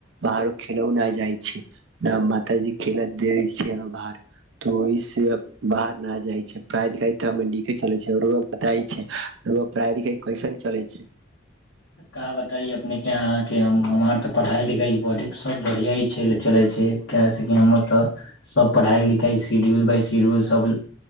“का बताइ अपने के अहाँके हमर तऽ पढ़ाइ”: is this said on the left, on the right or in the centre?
Left